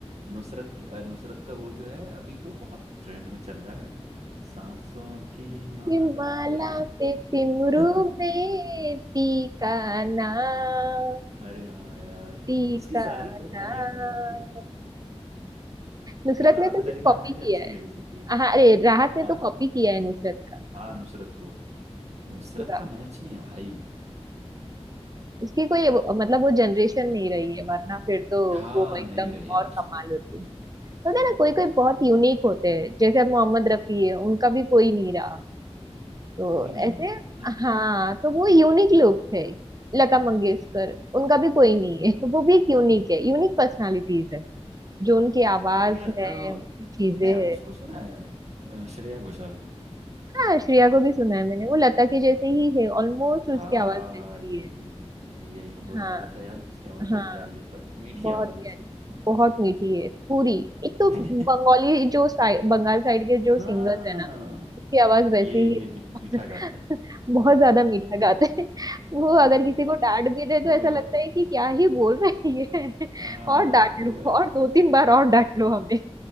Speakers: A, on the right; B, on the right.
A: नुसरत नुसरत का वो जो है अभी तो बहुत ट्रेंड में चल रहा है सांसों की माला
B: कि माला
A: पे
B: पे सिमरू
A: <laughs>
B: में टीका नाम
A: अरे हाँ यार
B: टीका
A: उसकी सारी कवालियां
B: नाम
A: कमाल की है
B: नुसरत
A: फिर राहत
B: ने तो सिर्फ
A: अली खान
B: कॉपी
A: ने भी
B: किया
A: अच्छी
B: है
A: लेगेसी की है
B: हाँ अरे राहत ने
A: हाँ
B: तो कॉपी किया है नुसरत का
A: हाँ नुसरत को नुसरत
B: पूरा
A: का मैच नहीं है भाई
B: उसकी कोई वो- मतलब वो जनरेशन नहीं रही है वरना फिर तो
A: हाँ
B: वो एकदम
A: नहीं रहे यार
B: और कमाल होती बोलते हैं ना कोई कोई
A: उफ
B: बहुत
A: उफ,
B: यूनिक होते हैं जैसे अब मोहम्मद रफी है उनका भी कोई नहीं रहा तो
A: कोई नहीं
B: ऐसे
A: है मतलब
B: हाँ तो वो यूनिक लोग थे लता मंगेशकर उनका भी कोई नहीं है तो वो भी एक यूनिक है यूनिक पर्सनालिटीज है जो उनकी आवाज
A: बट यार अ,
B: है उनकी चीजें
A: तुमने
B: है
A: उसको सुना है अ, श्रेया घोषाल को
B: हाँ श्रेया को भी सुना है मैंने वो लता के जैसे ही है ऑलमोस्ट
A: हाँ
B: उसकी आवाज वैसी
A: ये ये
B: है
A: ये यही मैं बोलने
B: हाँ
A: वाला था यार उसकी आवाज बड़ी
B: हाँ
A: प्यारी है बस मीठी
B: बहुत
A: आवाज है
B: प्यारी
A: उसकी
B: बहुत मीठी है पूरी एक तो
A: <laughs>
B: बंगाली जो साइड बंगाल साइड के जो सिंगर्स
A: हाँ
B: है ना उसकी आवाज वैसे
A: ये
B: ही
A: ये मी-
B: <laughs>
A: मीठा गाते हैं
B: बहुत ज्यादा मीठा गाते हैं वो अगर किसी को डांट भी दे तो
A: वो
B: ऐसा लगता है कि क्या ही बोल रहे हैं ये
A: हाँ
B: और डांट
A: वो
B: लो और दो तीन बार और डांट लो हमें